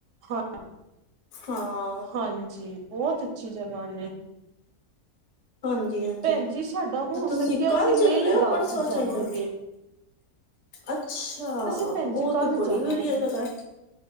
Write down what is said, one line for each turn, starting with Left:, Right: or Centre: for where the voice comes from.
Right: ਹਾਂ,
Left: ਹਾਂ
Right: ਹਾਂਜੀ ਬਹੁਤ ਅੱਛੀ ਜਗਾ ਨੇ।
Left: ਹਾਂਜੀ ਹਾਂਜੀ
Right: ਭੈਣ ਜੀ ਸਾਡਾ
Left: ਤੇ
Right: ਹੋ
Left: ਤੁਸੀਂ
Right: ਸਕਿਆ
Left: ਕੱਲ
Right: ਅਸੀਂ ਲੇਹ-ਲਦਾਖ
Left: ਚੱਲੇ ਹੋ ਪਰਸੋਂ
Right: ਵੀ
Left: ਚੱਲੇ
Right: ਜਾਵਾਂਗੇ।
Left: ਹੋ ਅੱਛਾ।
Right: ਅਸੀਂ ਭੈਣ
Left: ਉਹ
Right: ਜੀ ਕੱਲ
Left: ਤੇ ਬੜੀ
Right: ਜਾਣਾ
Left: ਵਧੀਆ ਜਗ੍ਹਾ ਹੈ।